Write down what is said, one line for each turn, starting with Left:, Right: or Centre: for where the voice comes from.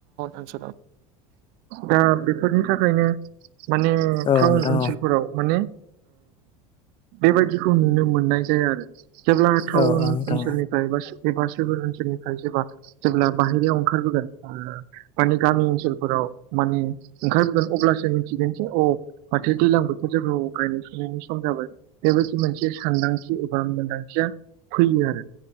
Right: ओनसोलाव दा बेफोरनि थाखायनो माने
Left: औ
Right: टाउन
Left: औ नोंथां
Right: ओनसोलफोराव माने बेबायदिखौ नुनो मोननाय जाया आरो जेब्ला टाउन
Left: औ नोंथां औ नोंथां
Right: ओनसोलनि एबा सोर ओनसोलनिफ्राय सोरबा जेब्ला बाहेरायाव ओंखारबोगोन माने गामि ओनसोलफोराव माने ओंखारबो अब्लासो मिथिगोन जे औ माथो दैज्लां बोथोर जेबो गायनाय सुनायनि सम जाबाय। बेबायदि मोनसे सानदांथि एबा मोनदांथिया फैयो आरो